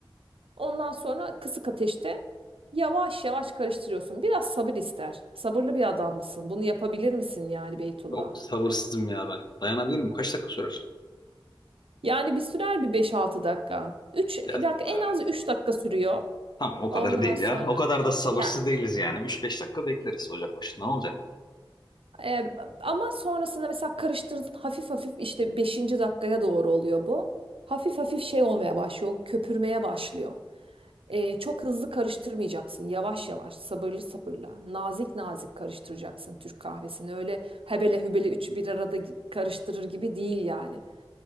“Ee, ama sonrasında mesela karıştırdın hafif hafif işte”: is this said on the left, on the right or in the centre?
Right